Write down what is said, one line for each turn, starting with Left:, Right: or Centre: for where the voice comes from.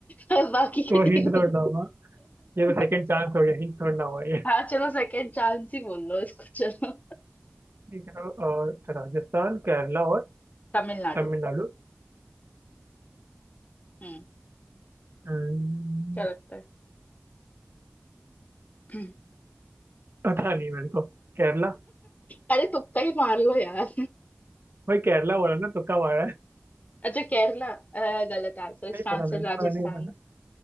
Left: <laughs> बाकी के
Right: तो
Left: तीन
Right: हिंट छोड़ना होगा ये तो सेकंड
Left: <laughs>
Right: चांस हो गया हिंट छोड़ना हुआ ये
Left: हाँ चलो सेकेंड चांस ही बोल लो इसको चलो
Right: ठीक है तो अ, राजस्थान केरला और
Left: तमिलनाडु
Right: तमिलनाडु
Left: हम्म
Right: हम्म,
Left: क्या लगता है <clears throat>
Right: पता नहीं मेरे को केरला
Left: अरे तुक्का ही मार लो यार
Right: भाई केरला बोला ना तुक्का मारा है
Left: अच्छा केरला अ, गलत आंसर
Right: नहीं
Left: इसका
Right: पता
Left: आंसर
Right: मेरे को
Left: राजस्थान
Right: हाँ, नहीं पता